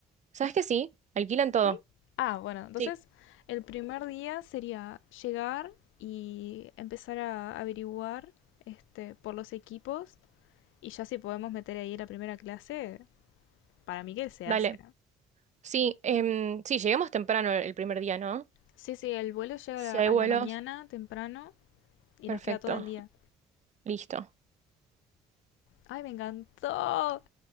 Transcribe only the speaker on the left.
Sí, Ah, bueno, entonces
el primer día sería llegar y empezar a averiguar este, por los equipos y ya si podemos meter ahí la primera clase, para mí que se
hace.
Sí, sí, el vuelo llega
a la,
a
la mañana temprano y
nos queda todo el día.
¡Ay, me encantó!